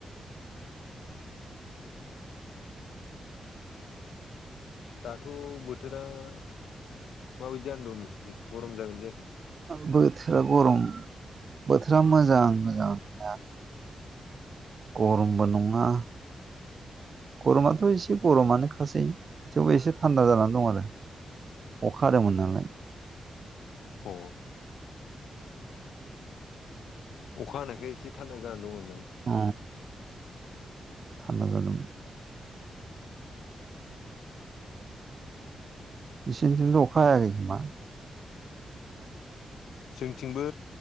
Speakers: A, on the left (about 80°); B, on the right (about 55°).
A: दाथ' बोथोरा माबायदि जाना दं नोंसोरनि गरम जागोन जायाखै?
B: ओ बोथोरा गरम बोथोरा मोजां मोजाङानो गरमबो नङा गरमाथ' एसे गरमानोखासै थेवबो एसे थानदा जानानै दं आरो। अखा हादोंमोन नालाय।
A: अ अखा हानायखाय एसे थान्दा जानानै दंमोन आरो नोंथां।
B: अ थानदा जादों। निसिनिथिंथ' अखा हायाखै खोमा?
A: जोंथिंबो